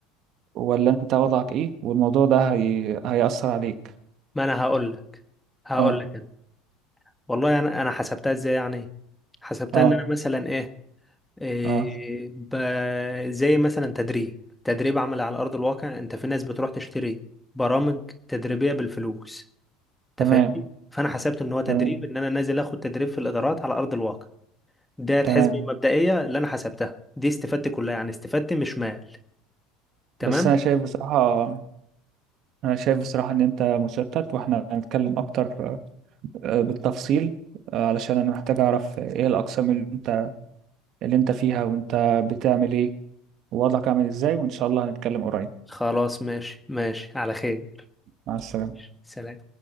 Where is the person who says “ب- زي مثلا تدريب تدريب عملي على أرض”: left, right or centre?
Centre